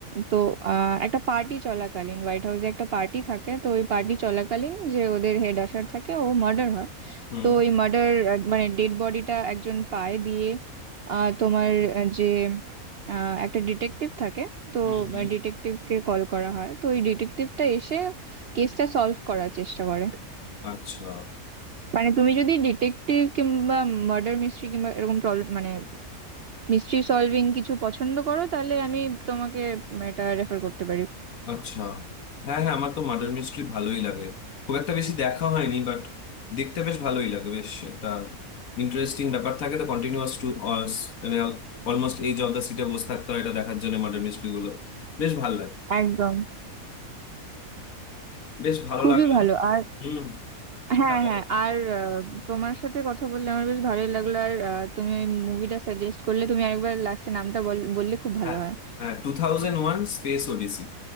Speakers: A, on the right; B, on the left.
A: তো আহ, একটা পার্টি চলাকালীন হোয়াইট হাউসে একটা পার্টি থাকে তো ওই পার্টি চলাকালীন যে ওদের হেড আশার থাকে ও মার্ডার হয়
B: হুম
A: তো ওই মার্ডার মানে ডেড বডিটা একজন পায় দিয়ে আহ, তোমার আহ, যে আহ, একটা ডিটেকটিভ থাকে তো
B: হুম হুম
A: ডিটেকটিভকে কল করা হয় তো ওই ডিটেকটিভটা এসে কেসটা সলভ করার চেষ্টা করে
B: আচ্ছা
A: মানে তুমি যদি ডিটেকটিভ কিংবা মার্ডার মিস্ট্রি কিংবা এরকম প্রবলেম মানে মিস্ট্রি সলভিং কিছু পছন্দ করো তাহলে আমি তোমাকে উম, এটা রেফার করতে পারি
B: আচ্ছা হ্যাঁ হ্যাঁ আমার তো মার্ডার মিস্ট্রি ভালোই লাগে খুব একটা বেশি দেখা হয়নি বাট দেখতে বেশ ভালোই লাগে বেশ একটা ইন্টারেস্টিং ব্যাপার থাকে তো কন্টিনিউয়াস টু মানে অলমোস্ট এই জব দ্য সিটে বসে থাকতে হয় এটা দেখার জন্য মার্ডার মিস্ট্রি গুলো বেশ ভালো লাগে
A: একদম
B: বেশ ভালো
A: খুবই
B: লাগলো
A: ভালো আর
B: হুম
A: হ্যাঁ
B: হ্যাঁ বলো।
A: হ্যাঁ আর আহ, তোমার সাথে কথা বললে আমার বেশ ভালোই লাগলো আর আহ, তুমি ওই মুভিটা সাজেস্ট করলে তুমি আরেকবার লাস্টে নামটা বল- বললে খুব ভালো
B: হ্যাঁ
A: হয়
B: হ্যাঁ two thousand one space odyssey